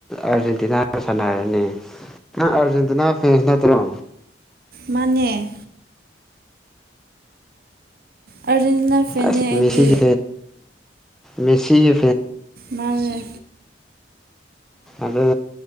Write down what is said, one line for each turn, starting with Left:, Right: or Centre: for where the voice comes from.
Centre: ꯑꯥꯔꯖꯦꯟꯇꯤꯅꯥ ꯁꯥꯟꯅꯔꯅꯤ ꯅ ꯑꯔꯖꯦꯟꯇꯤꯅꯥ ꯐ꯭ꯔꯦꯟꯁ ꯅꯠꯇ꯭ꯔꯣ
Right: ꯃꯅꯦꯦ ꯑꯥꯔꯖꯦꯟꯇꯤꯅꯥ ꯐꯦꯟꯅꯦ
Centre: ꯑꯁ
Right: ꯑꯩꯗꯤ
Centre: ꯃꯦꯁꯤꯒꯤ ꯃꯦꯁꯤꯒꯤ
Right: ꯃꯥꯥꯡ
Centre: ꯑꯗ